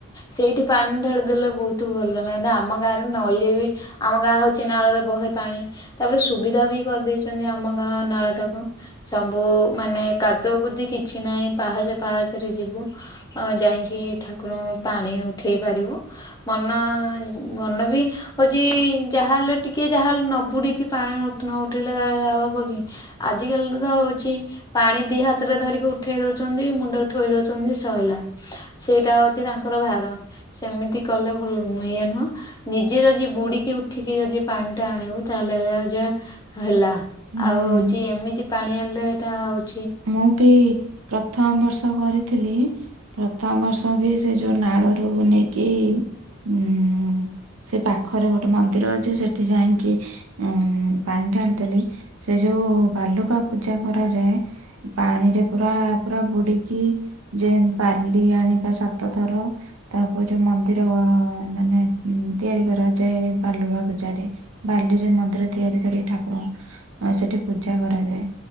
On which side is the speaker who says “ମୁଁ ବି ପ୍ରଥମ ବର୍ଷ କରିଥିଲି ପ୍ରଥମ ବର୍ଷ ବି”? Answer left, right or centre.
Right